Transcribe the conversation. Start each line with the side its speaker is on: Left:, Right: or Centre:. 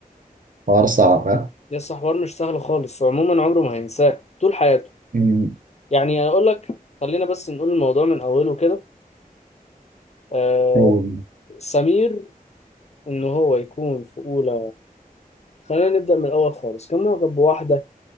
Right: حوار صعب ها؟
Left: لسه حوار مش سهل خالص وعموما عمره ما هينساه طول حياته
Right: مم.
Left: يعني اقول لك خلينا بس نقول الموضوع من اوله كده آه
Right: هو
Left: سمير ان هو يكون في اولى خلينا نبدأ من الأول خالص كان معجب بواحدة